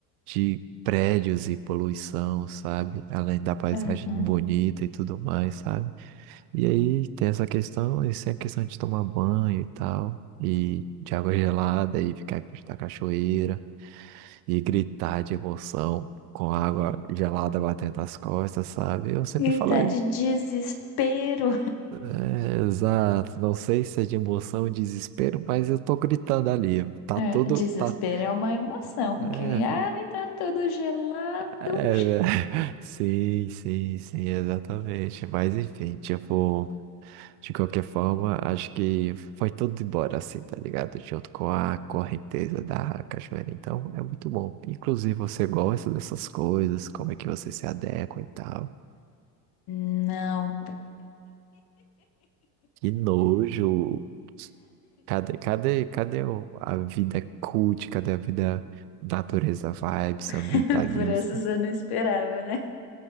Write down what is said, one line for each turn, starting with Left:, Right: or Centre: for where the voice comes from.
Right: de prédios e poluição, sabe? Além da paisagem
Left: Uhum.
Right: bonita e tudo mais, sabe? E aí tem essa questão, isso é questão de tomar banho e tal, e de água gelada, e ficar perto da cachoeira, e gritar de emoção. Com a água gelada batendo nas costas, sabe? Eu sempre
Left: Gritar
Right: falo
Left: de desespero.
Right: É, Exato, não sei se é de emoção ou desespero, mas eu tô gritando ali. Tá
Left: É,
Right: tudo,
Left: desespero
Right: tá.
Left: é uma emoção.
Right: É,
Left: Aquele, ai, tá tudo gelado.
Right: é, velho. <laughs> sim, sim, sim, exatamente. Mas enfim, tipo, de qualquer forma, acho que foi tudo embora assim, tá ligado? Junto com a correnteza da cachoeira. Então, é muito bom. Inclusive, você gosta dessas coisas, como é que você se adequa e tal.
Left: Não,
Right: Que nojo. Cadê, cadê, cadê o- a vida cult? Cadê a vida natureza vibes, ambientalista?
Left: <laughs> por essas eu não esperava, né?